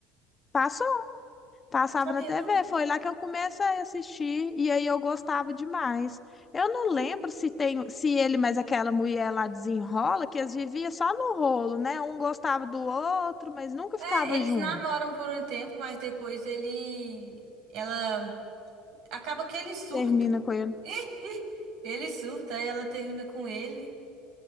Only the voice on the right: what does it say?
Não sabia,
não.
É,
eles
namoram por um tempo, mas depois ele. Ela. Acaba que ele surta.
<laughs> Ele surta, aí ela termina com ele.